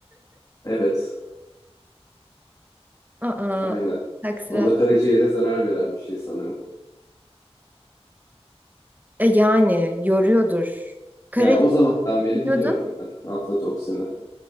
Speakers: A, on the left (about 35°); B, on the right (about 15°).
A: Evet
B: Aa.
A: aynen
B: Taksirat.
A: o da karaciğere zarar veren bir şey sanırım.
B: E yani yoruyordur. Kara
A: Yani o zamandan beri
B: biliyordun.
A: biliyorum ben aflatoksini.